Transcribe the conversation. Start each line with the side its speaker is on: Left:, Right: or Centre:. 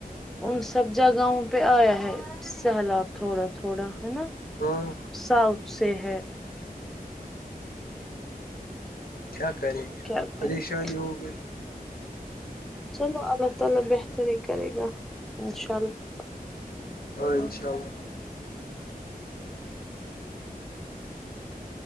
Centre: ان سب جگہوں پہ آیا ہے سیلاب تھوڑا تھوڑا ہے نا
Left: ہاں
Centre: ساؤتھ سے ہے
Left: کیا کریں گے
Centre: کیا کرے
Left: پریشانی
Centre: گا
Left: ہو گئی
Centre: <inaudible> <unintelligible> <inaudible>
Left: ہاں انشاء اللہ